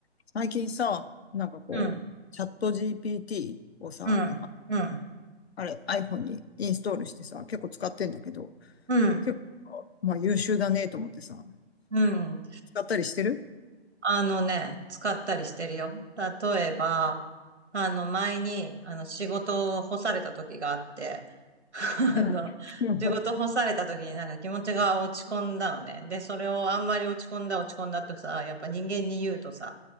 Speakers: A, on the left; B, on the right.
A: 最近さ、なんかこう、
B: うん、
A: チャット GPT をさ、
B: うん、うん、
A: あれ iPhone にインストールしてさ、結構使ってんだけど、
B: うん、
A: 結構、まあ優秀だねと思ってさ、
B: うん。
A: 使ったりしてる
B: あのね、使ったりしてるよ。例えば、あの、前に、あの、仕事を干された時があって、<laughs>
A: うん。
B: あの、
A: <laughs>
B: 仕事干された時になんか気持ちが落ち込んだのね。で、それをあんまり落ち込んだ落ち込んだとさ、やっぱ人間に言うとさ、